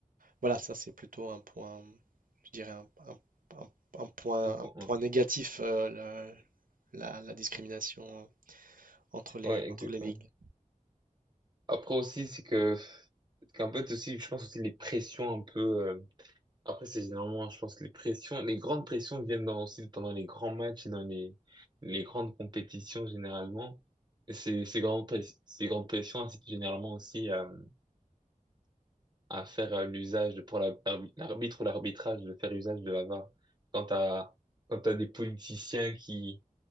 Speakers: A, on the right; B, on the right.
A: voilà, ça c'est plutôt un point, je dirais un, un- un- un point,
B: Un point,
A: un
B: ouais.
A: point négatif, euh, le- la, la discrimination entre les,
B: Ouais, exactement.
A: entre les ligues.
B: Après aussi, c'est que, c'est qu'un peu aussi, je pense aussi les pressions un peu, euh, après c'est généralement, je pense que les pressions, les grandes pressions viennent dans, aussi pendant les grands matchs et dans les, les grandes compétitions généralement. Et Ces, ces grandes, press- ces grandes pressions incitent généralement aussi à, à faire euh, l'usage de- pour la- l'arbitre ou l'arbitrage de faire usage de la VAR. Quand t'as, quand t'as des politiciens qui,